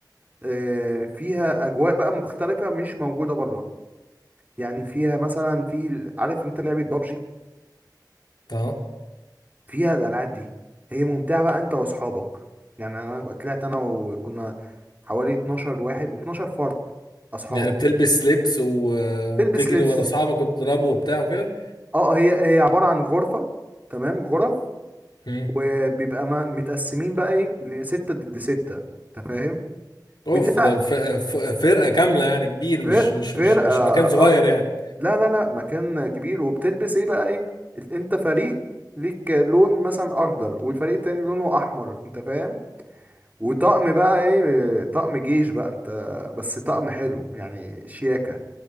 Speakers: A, on the right (about 25°); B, on the left (about 80°).
A: آه، فيها اجواء بقى مختلفه مش موجوده بره يعني فيها مثلا في عارف انت لعبه بابجي
B: اه
A: فيها الالعاب دي هي ممتعه بقى انت واصحابك يعني انا طلعت انا وكنا حوالي 12 واحد 12 فرد اصحاب
B: يعني بتلبس لبس و...
A: تلبس
B: وتجري
A: لبس
B: ورا صاحبك وتضربه وبتاع وكده
A: اه هي هي عباره عن غرفه تمام غرف
B: مم.
A: وبيبقى ما متقسمين بقى ايه لستة ضد ستة انت فاهم
B: اوف
A: بتبقى
B: ده ف... ف... فرقه كامله يعني كبير
A: فر-
B: مش مش
A: فرقه
B: مش مش
A: اه
B: مكان صغير
A: آه.
B: يعني
A: لا لا لا مكان كبير وبتلبس ايه بقى ايه انت فريق ليك لون مثلا اخضر والفريق التاني لونه احمر انت فاهم وطقم بقى ايه طقم جيش بقى انت بس طقم حلو يعني شياكة